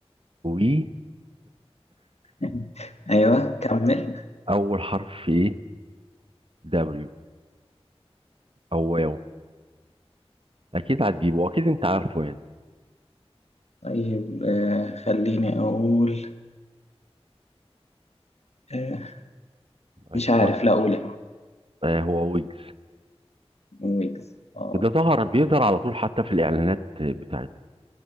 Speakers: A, on the right; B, on the left.
A: وي
B: <laughs> ايوه كمل
A: اول حرف في ايه دبليو او واو اكيد هتجيبه اكيد انت عارفه يعني
B: طيب آه، خليني اقول آه،
A: ايوه
B: مش عارف لا اقول
A: آه هو ويجز
B: ويجز اه
A: ده ظهر بيظهر على طول حتى في الاعلانات بتاعت